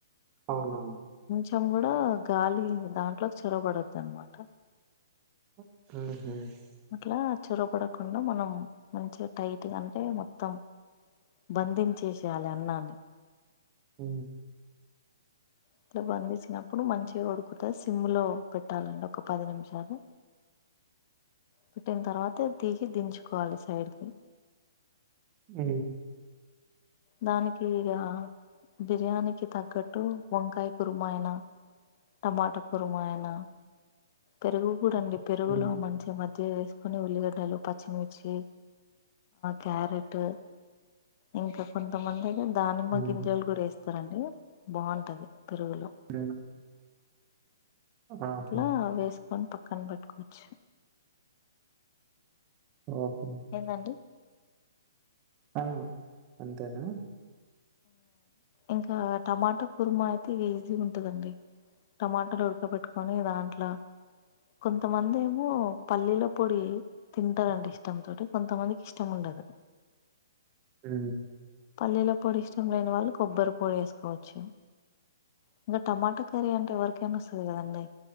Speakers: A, on the right; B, on the left.
A: అవునవును
B: తం కూడా గాలి దాంట్లోకి చొరబడొద్దు అనమాట
A: ఆ
B: అట్లా చొరపడకుండా మనం మంచిగా టైట్గా అంటే మొత్తం బంధించేసేయాలి అన్నాన్ని
A: హ
B: ఇట్ల బంధచ్చినప్పుడు మంచిగా ఉడుకుతది సిమ్ లో పెట్టాలండి ఒక పది నిమిషాలు పెట్టిన తర్వాత తీసి దించుకోవాలి సైడ్కి
A: అ
B: దానికి ఇక బిర్యానీకి తగ్గట్టు వంకాయ కురుమాయన టమాటా కురుమా ఆయిన పెరుగు కూడాండి పెరుగులో
A: హ్మ్.
B: మంచి మజ్ జ్జిగ వేసుకొని ఉల్లిగడ్డలు పచ్చిమిర్చి క్యారెట్ ఇంకా కొంతమంది ఐతే దానిమ్మ
A: హ్మ్.
B: గింజలు కూడా వేస్తారండి బాగుంటది పెరుగులో
A: హ్మ్. ఆహా!
B: ఇట్లా వేసుకొని పక్కన పెట్టుకోవచ్చు
A: ఓహో
B: ఏందండి
A: ఆ అంతేనా
B: ఇంకా టమాటా కుర్మా అయితే ఈజీ గా ఉంటదండి టమాటాలు ఉడక పెట్టుకొని దాంట్లో కొంతమంది ఏమో పల్లీల పొడి తింటారండి ఇష్టంంతోటి కొంతమందికి ఇష్టం ఉండు అహ
A: హు
B: పల్లీల పొడి ఇష్టం లేని వాళ్ళు కొబ్బరి పొడి వేసుకోవచ్చు ఇంక టమాటా కర్రీ అంటే ఎవరికేనా వస్తుంది కదండి